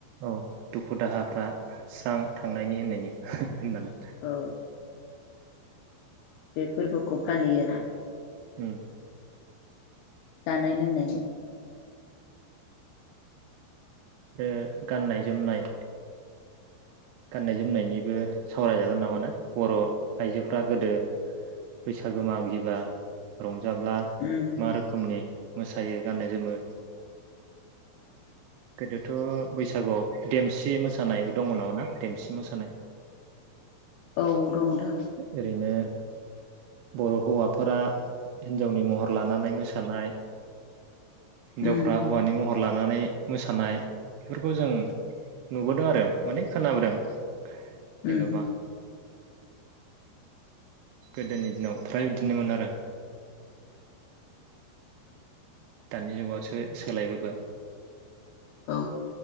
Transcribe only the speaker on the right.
औ दुखु दाहाफ्रा स्रां थांनायनि होननायनि हाहा होननानै
उम
आरो गाननाय-जोमनाय गाननाय-जोमनायनिबो सावरायजागोन नामा ना बर' आइजोफ्रा गोदो बैसागो मागिबा रं जाब्ला
मा रोखोमनि मोसायो गान्नाय जोमो गोदोथ' बैसागुआव देमसि मोसानाय दङ नामा ना? देमसि मोसानाय।
ओरैनो बर' हौवाफोरा हिन्जावनि महर लानानै मोसानाय हिनजावफ्रा
हौवानि महर लानानै मोसानाय बेफोरखौ जों नुबोदों आरो माने खोनाबोदों। <inaudible> जेन'बा
गोदोनि दिनाव फ्राय बिदिनोमोन आरो। दानि जुगावसो सोलायबोबाय।